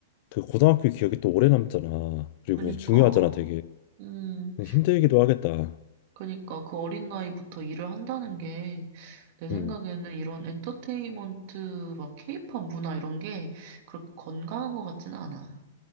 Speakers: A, on the left (about 50°); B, on the right (about 50°).
A: 그 고등학교 기억이 또 오래 남잖아. 그리고
B: 그니까,
A: 중요하잖아, 되게.
B: 음,
A: 힘들기도 하겠다.
B: 그니까 그 어린 나이부터 일을 한다는 게 내 생각에는
A: 음,
B: 이런 엔터테인먼트 막 케이팝 문화 이런 게 그렇게 건강한 것 같지는 않아.